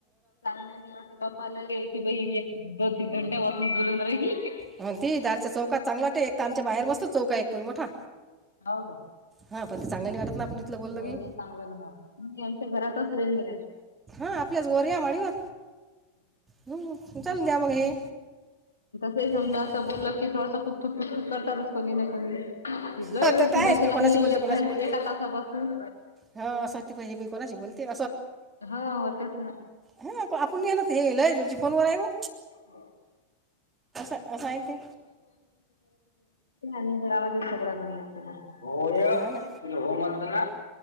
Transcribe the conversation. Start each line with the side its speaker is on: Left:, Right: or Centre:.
Left: <unintelligible> गप्पा लागले की बाई मी दोन, तीन घंट्यापासून बोलून राहीले
Right: ह ती दारच्या चौकात चांगला एक तर आमच्या बाहेर मस्त चौक एक परी मोठा.
Left: हौ का.
Right: हां पण ते चांगलं नाही वाटत ना आपण इथलं बोललं
Left: नाही
Right: की
Left: नाही चांगलय म्हणा आमच्या घरातच रेंज
Right: ह आपल्याच गोर या माडीवर ह् चालू द्या मग हे.
Left: <unintelligible> असं
Right: करणं काम
Left: बोललं की थोडासा कुटकुट कुटकुट करतातच कोणी ना कोणी. तिथलाही
Right: हा
Left: वेळशी
Right: तर काय आहेस
Left: बसेल
Right: का कोणाशी
Left: आहे
Right: बोलते
Left: घं
Right: कोणाशी
Left: एका
Right: बोलते
Left: तासापासून.
Right: हां असं वाटते पाहिजे बाई कोणाशी बोलते
Left: हा होतेच ना.
Right: हा आपण ना ते येल फोनवर आहे म
Left: <inaudible>
Right: असं आहे ना ते
Left: आणि घरामध्ये सगळ्या घरी येतो ग. होय
Right: हो ना
Left: तुला हो म्हणलं ना.